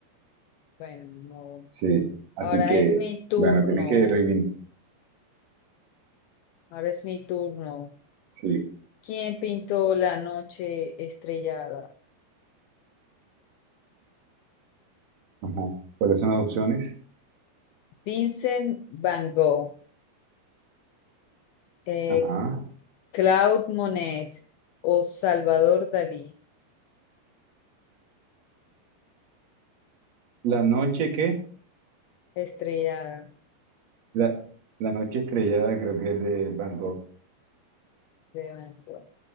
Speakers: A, on the left; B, on the right.
A: bueno, no.
B: Sí, así
A: Ahora
B: que,
A: es mi turno.
B: bueno, tienes que reivindicar.
A: Ahora es mi turno.
B: Sí.
A: ¿Quién pintó la noche estrellada?
B: Ajá. ¿Cuáles son las opciones?
A: Vincent Van Gogh, eh,
B: Ajá.
A: Claude Monet o Salvador Dalí.
B: La noche qué
A: La estrellada
B: la, la noche estrellada creo que es de Van Gogh.
A: de Van Gogh.